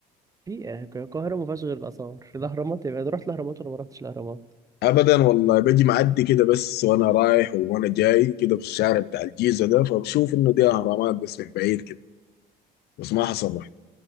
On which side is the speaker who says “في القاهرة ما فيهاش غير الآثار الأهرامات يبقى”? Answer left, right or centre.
Right